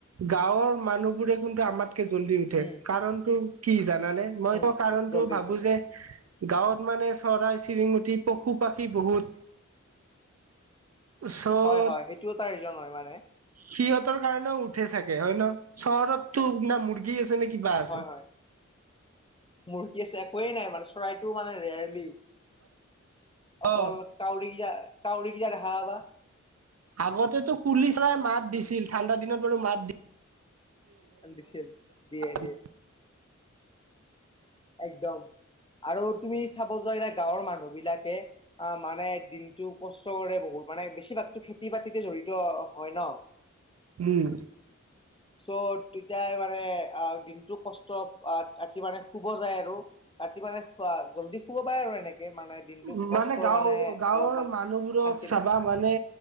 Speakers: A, on the right; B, on the left.
A: গাঁৱৰ মানুহবোৰে কিন্তু আমাতকে জলদি উঠে
B: উম
A: কাৰণতো। কি জানানে, মই
B: উম
A: ত কাৰণতটো
B: জল্দি
A: ভাবো
B: উঠে
A: যে গাঁৱত মানে। চৰাই চিৰিঙটি পশু-পাখী বহুত। চব
B: হয় হয় সেইটো এটা ৰিজন হয় মানে
A: সিহঁতৰ কাৰণেও উঠে চাগে হয় ন, চহৰতো না মুৰ্গী আছে নে কিবা
B: অ,
A: আছে
B: হয়, হয় মূৰ্তি আছে একোৱেই নাই মানে চৰাইটো মানে ৰেয়াৰলি। অকল
A: অ
B: কাউৰী, কিটা কাউৰী কিটা দেখা পাবা।
A: আগতেতো কুলি চৰাাই মাত দিছিল ঠাণ্ডা দিনত বাৰু মাত দি
B: দিছিল দিয়ে দিয়ে
A: <unintelligible>
B: একদম। আৰু তুমি চাব যোৱা এ গাঁৱৰ মানুহ বিলাকে অ, মানে দিনতটো কষ্ট কৰে বহুত। মানে বেছিভাগতো খেতি বাতিতে জড়িত হয় ন।
A: উম
B: চ' তেতিয়া মানে আহ, দিনতটো কষ্ট ৰাতি মানে। শু'ব যায় আৰু ৰাতি মানে খোৱা জল্দি শু'ব পায় আৰু এনেকে মানে। দিনটো
A: উ,
B: কষ্ট
A: মানে গাঁও গাঁৱৰ
B: অলপমান
A: মানুহবোৰক
B: শান্তি
A: চাবা
B: পায়
A: মানে